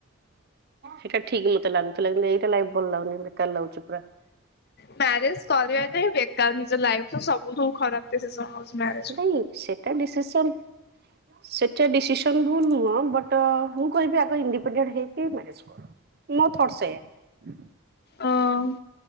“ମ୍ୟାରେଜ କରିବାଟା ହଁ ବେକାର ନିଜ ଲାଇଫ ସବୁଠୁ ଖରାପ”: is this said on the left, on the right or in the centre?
Left